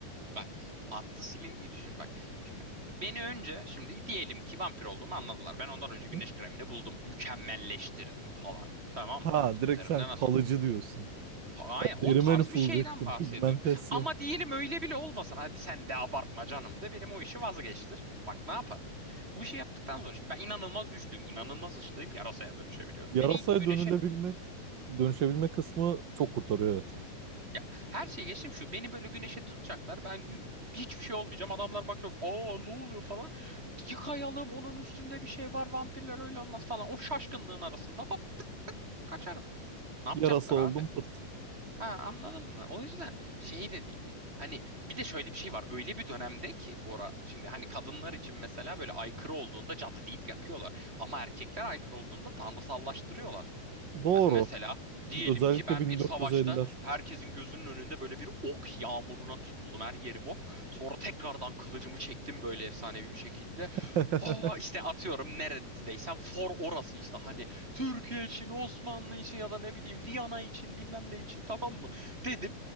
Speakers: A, on the right; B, on the right.
A: Bak atlı silindiği düşün bak. Şimdi beni önce şimdi diyelim ki vampir olduğumu anladılar. Ben ondan önce
B: hı.
A: güneş kremini buldum. Mükemmelleştirdim falan. Tamam
B: Ha
A: mı? Artık
B: direkt
A: üzerimde
B: sen
A: nasıl
B: kalıcı
A: olur?
B: diyorsun.
A: Hayır,
B: Ya
A: o
B: Derime
A: tarz
B: nüfuz
A: bir şeyden
B: ettim.
A: bahsediyorum.
B: Pigmentasyon.
A: Ama diyelim öyle bile olmasın. Hadi sen de abartma canım de benim o işi vazgeçtir. Bak ne yaparım? Bu işi yaptıktan sonra şimdi ben inanılmaz güçlüyüm. inanılmaz ışlıyım. Yarasaya dönüşebiliyorum.
B: Yarasaya
A: Beni ilk güneşe
B: dönülebilmek, dönüşebilme kısmı çok kurtarıyor evet.
A: Ya her şeyi geçtim şu. Beni böyle güneşe tutacaklar. Ben gü- hiçbir şey olmayacağım. Adamlar bakacak. Aa ne oluyor falan. Yıkayalım onun üstünde bir şey var. Vampirler öyle olmaz falan. O şaşkınlığın arasında hop kaçarım. Ne yapacaklar
B: Yarasa oldum
A: abi?
B: pırt.
A: Ha anladın mı? O yüzden şey de değil. Hani bir de şöyle bir şey var. Öyle bir dönemde ki ora şimdi hani kadınlar için mesela böyle aykırı olduğunda cadı deyip yakıyorlar. Ama erkekler aykırı olduğunda tanrısallaştırıyorlar.
B: Doğru.
A: Ha, mesela diyelim
B: Özellikle
A: ki ben
B: 1450'ler.
A: bir savaşta herkesin gözünün önünde böyle bir ok yağmuruna tutuldum. Her yerim ok. Sonra tekrardan kılıcımı çektim böyle efsanevi bir şekilde.
B: <laughs>
A: Aa, işte atıyorum neredeysem for orası işte hani Türkiye için, Osmanlı için ya da ne bileyim Viyana için bilmem ne için tamam mı dedim.